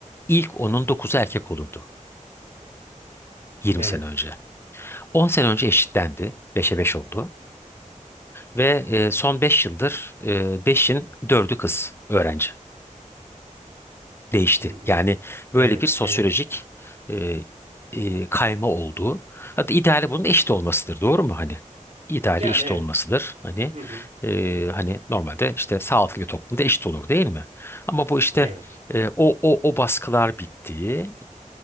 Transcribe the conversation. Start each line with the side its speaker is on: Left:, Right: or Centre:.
Left: ilk 10'un 9'u erkek olurdu 20
Right: Evet.
Left: sene önce. 10 sene önce eşitlendi, beşe 5 oldu ve e, son 5 yıldır e, 5'in 4'ü kız öğrenci. değişti.
Right: Hı hı.
Left: Yani böyle
Right: Evet,
Left: bir sosyolojik
Right: evet.
Left: e, e, kayma olduğu. Hatta ideali bunun eşit olmasıdır, doğru mu hani? İdeali
Right: Yani
Left: eşit
Right: evet.
Left: olmasıdır. Hani
Right: Hı hı.
Left: e, hani normalde işte sağlıklı bir toplumda eşit olur değil mi? Ama bu işte
Right: Evet.
Left: e, o o o baskılar bitti.